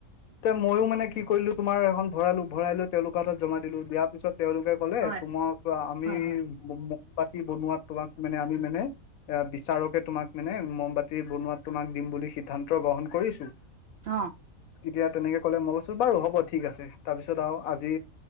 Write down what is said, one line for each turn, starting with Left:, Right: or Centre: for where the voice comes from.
Left: তে ময়ো মানে কি কৰিলোঁ‌, তোমাৰ এখন ভৰালো, ভৰাই লৈ তেওঁলোকৰ হাতত জমা দিলোঁ দিয়াৰ পিছত তেওঁলোকে ক'লে
Right: হয়,
Left: তোমাক আমি
Right: হয়, হয়,
Left: মম বাতি বনোৱাত তোমাক মানে আমি মানে এ বিচাৰকে তোমাক মানে মমবাতি বনোৱাত তোমাক দিম বুলি সিদ্ধান্ত গ্ৰহণ কৰিছোঁ‌।
Right: অ'।
Left: তেতিয়া তেনেকে কলে, মই কৈছো বাৰু হ'ব ঠিক আছে তাৰপিছত আৰু আজি